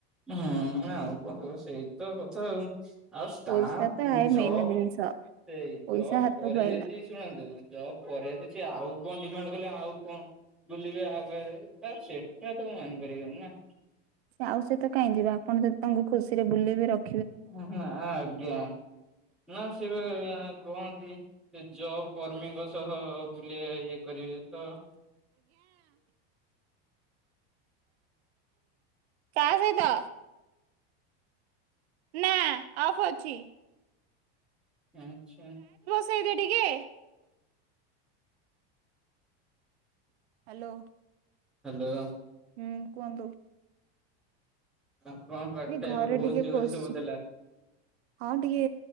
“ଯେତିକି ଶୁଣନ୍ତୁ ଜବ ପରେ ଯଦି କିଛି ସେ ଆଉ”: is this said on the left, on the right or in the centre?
Centre